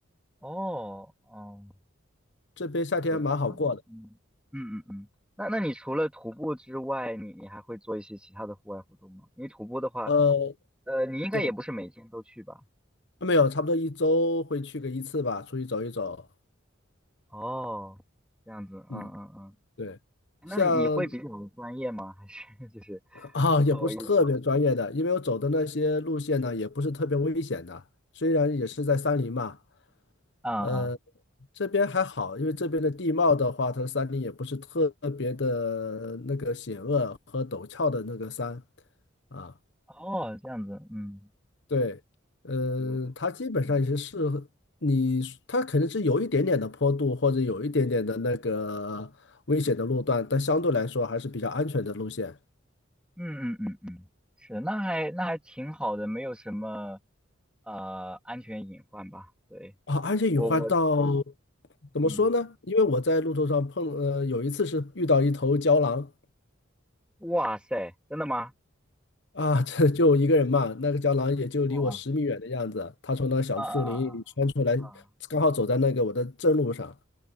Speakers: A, in the centre; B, on the left.
A: 哦哦，
B: 这边夏天还蛮好过的。
A: 对吧？嗯嗯嗯嗯，那那你除了徒步之外，你你还会做一些其他的户外活动吗？因为徒步的话。
B: 呃，
A: 呃，你应该也不是每天都去吧？
B: 对，没有，差不多一周会去个一次吧，出去走一走。
A: 哦，这样子，
B: 嗯，
A: 嗯嗯嗯，
B: 对。像
A: 那你会比较们专业吗？还是 <laughs> 就是
B: 啊，也不是特别专业的，
A: 作为一种，
B: 因为我走的那些路线呢，也不是特别危险的。虽然也是在山林嘛，
A: 啊啊，
B: 呃，这边还好，因为这边的地貌的话，它的山林也不是特别的那个险恶和陡峭的那个山啊。
A: 哦，这样子，嗯，
B: 对，呃，
A: 对对对，
B: 它基本上也是适合你，
A: 嗯
B: 它可能是有一点点的坡度或者有一点点的那个危险的路段，但相对来说还是比较安全的路线。
A: 嗯嗯嗯，是，那还那还挺好的，没有什么呃安全隐患吧？对，
B: 啊，安全隐患到
A: 我我，
B: 怎么说呢？
A: 嗯，
B: 因为我在路途上碰，呃，有一次是遇到一头郊狼
A: 哇塞，真的吗？
B: 啊，<laughs> 这就一个人嘛，那个郊狼也就离我十米远的样子，
A: 哇，
B: 它从那小树林里穿出来，
A: 啊啊啊啊
B: 刚好走在那个我的正路上，